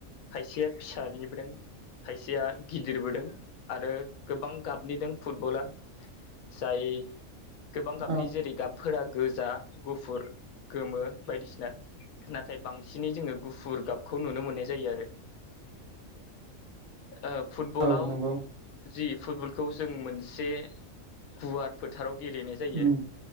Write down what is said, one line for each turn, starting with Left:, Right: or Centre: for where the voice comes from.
Left: खायसेया फिसानिबो दों। खायसेया गिदिरबो दों आरो गोबां गाबनि दों फुटबला। जाय गोबां गाबनि
Right: औ
Left: जेरै गाब। फोरा गोजा, गुफुर, गोमो बायदिसिना। नाथाय बांसिनै जोङो गुफुर गाबखौ नुनो मोननाय जायो आरो। ओ फुटबलाव।
Right: औ नंगौ
Left: जि फुटबलखौ जों मोनसे गुवार फोथाराव गेलेनाय जायो।
Right: उम